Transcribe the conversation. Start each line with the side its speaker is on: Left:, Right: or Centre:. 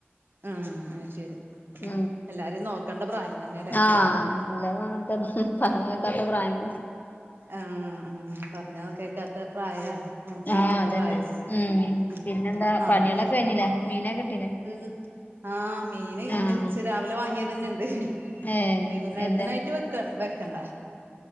Right: ആഹ അ ശരി ഉം
Left: ഉ
Right: ഉം എല്ലാരിം നോക്കണ്ട പ്രായം തന്നെല്ലേ
Left: ആഹ എല്ലും അങ്ങനത്തെന്ന പറഞ്ഞതക്കാത്ത പ്രായങ്ങൾ ഉം
Right: ആ ഉ പറഞ്ഞാ കേക്കാത്ത പ്രായല്ലേ നോക്കിക്കേണ്ട
Left: ആഹ് അതന്നെ
Right: പ്രായവും
Left: ഉം
Right: ഉ
Left: പിന്നെന്താ
Right: നാളെപ്പോ
Left: പണികളൊക്കെ കഴിഞ്ഞില്ലേ മീനെ കിട്ടീല്ലേ
Right: ഉ ആഹ് മീൻ
Left: ആഹ്
Right: ഇന്ന് ഉച്ച രാവിലെ വാങ്ങിയത് തന്നെ ഉണ്ട്
Left: ഏഹ്
Right: വൈകുന്നേരത്തിനായിട്ട്
Left: എന്താ
Right: വെക്ക വെക്കണ്ട